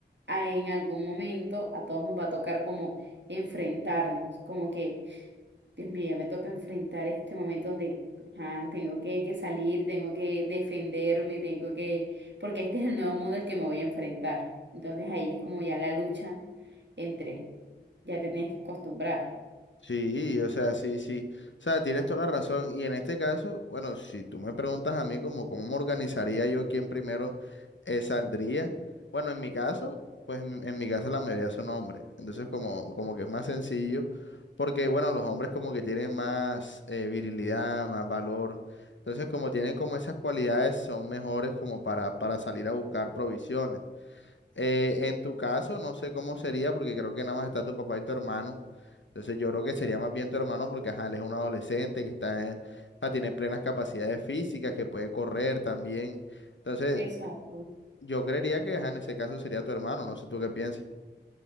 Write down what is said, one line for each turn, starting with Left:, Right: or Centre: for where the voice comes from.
Right: a- en algún momento a todos nos va a tocar como enfrentarnos, como que, Dios mío, ya me toca enfrentar este momento donde, ajá, tengo que, que salir, tengo que defenderme, tengo que, porque este es el nuevo mundo al que me voy a enfrentar. Entonces ahí es como ya la lucha entre, ya te tienes que acostumbrar.
Left: Sí, o sea, sí, sí. O sea, tienes toda la razón. Y en este caso, bueno, si tú me preguntas a mí como cómo me organizaría yo quién primero eh, saldría, bueno, en mi caso, pues en, mi en mi caso la mayoría son hombres. Entonces, como, como que es más sencillo, porque bueno, los hombres como que tienen más eh, virilidad, más valor. Entonces, como tienen como esas cualidades, son mejores como para, para salir a buscar provisiones. Eh, en tu caso, no sé cómo sería, porque creo que nada más está tu papá y tu hermano. Entonces yo creo que sería más bien tu hermano, porque ajá, él es un adolescente que está, en- o sea, tiene plenas capacidades físicas, que puede correr también. Entonces,
Right: Exacto.
Left: yo creería que ajá, en ese caso sería tu hermano, no sé tú qué piensas.